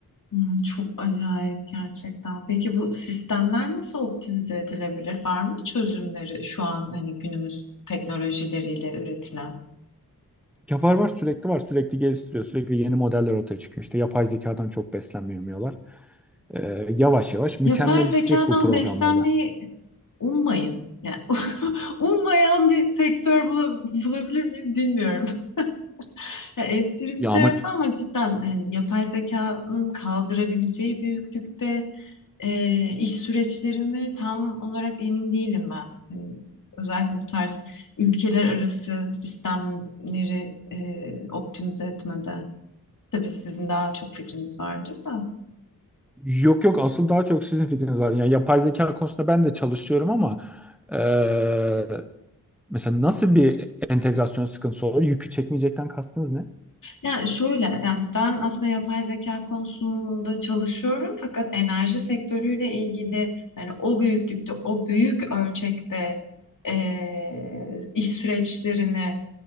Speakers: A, on the left; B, in the centre.
A: Hmm, çok acayip gerçekten. Peki bu sistemler nasıl optimize edilebilir? Var mı çözümleri şu an hani günümüz teknolojileriyle üretilen?
B: Ya var var sürekli var sürekli geliştiriyor sürekli yeni modeller ortaya çıkıyor İşte yapay zekadan çok beslenmiyorlar. Ee, yavaş yavaş mükemmelleşecek
A: Yapay zekadan
B: bu programlarda.
A: beslenmeyi ummayın. Yani <laughs> ummayan bir sektör bula- bulabilir miyiz bilmiyorum. <laughs> Ya espri
B: Ya
A: bir tarafa
B: ama
A: ama cidden yani yapay zekanın kaldırabileceği büyüklükte e, iş süreçlerimi tam olarak emin değilim ben. Hani özellikle bu tarz ülkeler arası sistemleri e, optimize etmede. Tabii sizin daha çok fikriniz vardır da.
B: Yok yok asıl daha çok sizin fikriniz var. Yani yapay zeka konusunda ben de çalışıyorum ama eee, mesela nasıl bir entegrasyon sıkıntısı olur? Yükü çekmeyecekten kastınız ne?
A: Yani şöyle, yani ben aslında yapay zeka konusunda çalışıyorum fakat enerji sektörüyle ilgili yani o büyüklükte, o büyük ölçekte e, iş süreçlerini